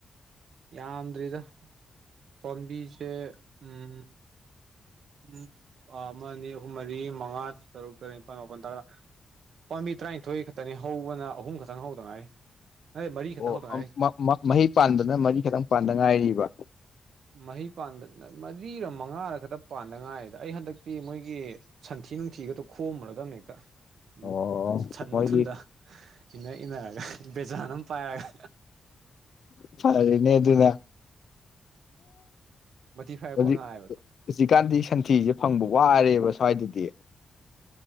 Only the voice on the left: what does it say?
ꯑꯣ
ꯃ ꯃ ꯃꯍꯩ ꯄꯥꯟꯕꯅ ꯃꯔꯤ ꯈꯛꯇꯪ ꯄꯥꯟꯕꯥꯟꯗ ꯉꯥꯏꯔꯤꯕ꯫
ꯑꯣ
ꯃꯣꯏꯒꯤ
ꯐꯅꯦ ꯑꯗꯨꯅ
ꯍꯧꯖꯤꯛ
ꯍꯧꯖꯤꯛꯀꯥꯟꯗꯤ ꯁꯟꯊꯤꯁꯦ ꯐꯪꯕ ꯋꯥꯔꯦꯕ ꯁ꯭ꯋꯥꯏꯗꯗꯤ꯫